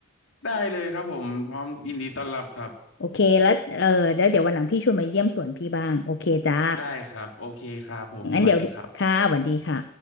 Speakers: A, on the left; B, on the left.
A: ได้เลยครับผม พร้อมยินดีต้อนรับครับ
B: โอเคแล้วเออแล้วเดี๋ยววันหลังพี่ชวนมาเยี่ยมสวนพี่บ้างโอเคจ้า
A: ได้ครับ โอเคครับผมสวัสดีครับ
B: งั้นเดี๋ยวค่ะสวัสดีค่ะ